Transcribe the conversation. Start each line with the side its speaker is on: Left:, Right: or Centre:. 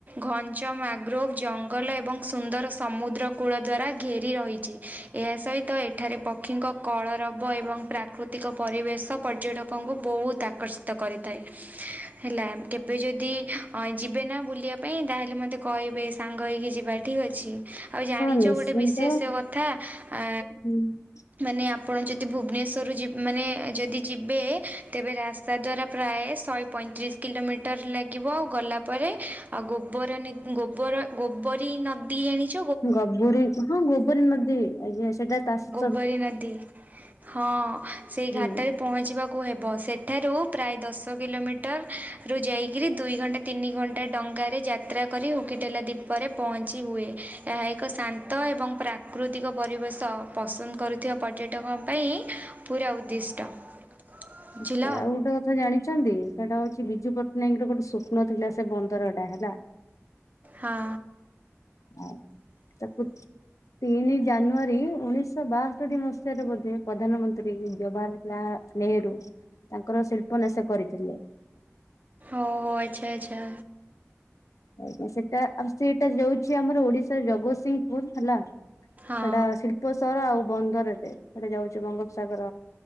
Right: ଘଞ୍ଚମାନଗ୍ରୁଭ ଜଙ୍ଗଲ ଏବଂ ସୁନ୍ଦର ସମୁଦ୍ର କୂଳ ଦ୍ୱାରା ଘେରି ରହିଚି। ଏହା ସହିତ ଏଠାରେ ପକ୍ଷୀଙ୍କ କଳରବ ଏବଂ ପ୍ରାକୃତିକ ପରିବେଶ ପର୍ଯ୍ୟଟକଙ୍କୁ ବହୁତ ଆକର୍ଷିତ କରିଥାଏ। ହେଲା, କେବେ ଯଦି ଅ ଯିବେ ନା ବୁଲିବାକୁ ପାଇଁ ତାହେଲେ ମୋତେ କହିବେ ସାଙ୍ଗ ହେଇକି ଯିବା ଠିକ୍ ଅଛି। ଆଉ ଜାଣିଚ
Left: ନିଶ୍ଚିନ୍ତ
Right: ଗୋଟେ ବିଶ୍ୟେଷ କଥା ଆ
Left: ହୁଁ
Right: ମାନେ ଆପଣ ଯଦି ଭୁବନେଶ୍ୱର ତରୁ ଯି, ମାନେ ଯଦି ଯିବେ, ତେବେ ରାସ୍ତା ଦ୍ୱାରା ପ୍ରାୟେ ଶହେ ପଈଁତିରିଶି କିଲୋମିଟର ଲାଗିବ ଗଲାପରେ ଆଉ ଗୋବର ଗୋବର ଗୋପରି ନଦୀ ଜାଣିଚନ୍ତି
Left: ଗୋବରୀ ହଁ ଗୋବରୀ ନଦୀ ଆଜ୍ଞା ସେଇଟା ତାଷ
Right: ଗୋବରି ନଦୀ ହଁ ସେଇ
Left: ହୁଁ।
Right: ଘାଟରେ ପହଞ୍ଚିବାକୁ କୁ ହେବ ସେଠାରୁ ପ୍ରାୟ ଦଶ କିଲୋମିଟରରୁୁ ଯାଇକିରି ଦୁଇ ଘଣ୍ଟା ତିନି ଘଣ୍ଟା ଡ ଡଙ୍ଗାରେ ଯାତ୍ରା କରି ଉକିଟେଲା ଦ୍ୱୀପରେ ପହଞ୍ଚି ହୁଏ। ଏହା ଏକ ଶାନ୍ତ ଏବଂ ପ୍ରାକୃ ଅତିକ ପରିବେଶ। ପସନ୍ଦ କରୁଥିବା ପର୍ଯ୍ୟଟକଙ୍କ ପାଇଁ ପୁରା ଉଦ୍ଦିଷ୍ଟ। ବୁଝିଲ
Left: ଆଚ୍ଛା। ଆଉ ଗୋଟେ କଥା ଜାଣିଚନ୍ତି। ସେଟା ହଉଚି ବିଜୁ ପଟ୍ଟନାୟକଙ୍କ ର ଗୋଟେ ସ୍ୱପ୍ନ ଥିଲା ସେ ବନ୍ଦର ଟା ହେଲା।
Right: ହଁ
Left: ହଁ ତାକୁ ତିନି ଜାନୁ ଜାନୁଆରୀ ଉଣେଇଶହ ବାଷଠି ମସିହାରେ ବୋଧେ? ପ୍ରଧାନମନ୍ତ୍ରୀ ଜବାହରଲାଲ ନେହେରୁ ତାଙ୍କର ଶିଳ୍ପନାଶ୍ୟ କରିଥିଲେ।
Right: ଓହୋ ଆଚ୍ଛା ଆଚ୍ଛା।
Left: ଆଜ୍ଞା ସେଟା ଆଉ ସେଟା ଯାଉଛି ଆମର ଓଡିଶାର ଜଗତସିଂହପୁର ହେଲା।
Right: ହଁ ହଁ
Left: ସେଟା ଶିଳ୍ପ ସହର ଆଉ ବନ୍ଦର ଟେ। ହେଟା ଯାଉଛି ବଙ୍ଗୋପସା ଙ୍କର